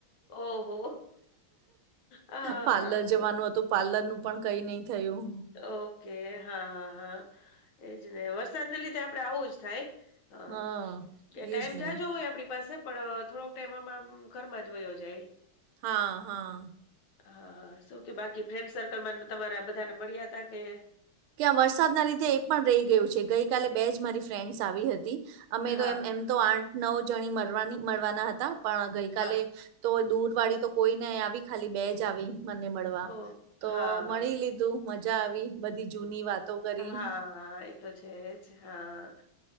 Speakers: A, on the left; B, on the right.
A: ઓહો! આહા
B: પાર્લર
A: આ
B: જવાનું
A: તો
B: હતું પાર્લર નું પણ કંઈ નહીં થયું.
A: ઓકે, હા, હા, હા એજ ને. વરસાદને લીધે આપડે આવું જ થાય. હા.
B: હા
A: કે ટાઈમ
B: એજ ને
A: જાજો હોય આપડી પાસે પણ થોડોક ટાઇમ આમાંમ ઘર માં જ વયો જાય.
B: હા, હા.
A: હા શું કે બાકી ફ્રેન્ડ સર્કલમાં તમારા બધાને મળ્યા હતા કે
B: કે આ વરસાદના લીધે એ પણ રહી ગયું છે ગઈકાલે બે જ મારી ફ્રેન્ડ્સ આવી હતી અમે
A: હા.
B: તો એમ એમ તો આઠ નવ જણી મળરવાની મળરવાના હતા પણ ગઈકાલે
A: હા
B: તો દૂર વાળી તો કોઈ નઇ આવી ખાલી બે જ આવી મને મળવા
A: ઓહ
B: તો
A: હા, હા.
B: મળી લીધું લીધું મજા આવી બધી જૂની વાતો કરી
A: હા હા એ તો છેજ હા